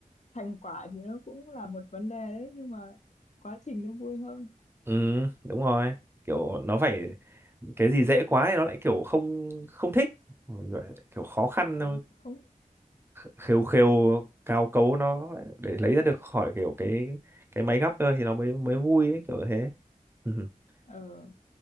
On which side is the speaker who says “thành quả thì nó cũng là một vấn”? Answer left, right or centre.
Left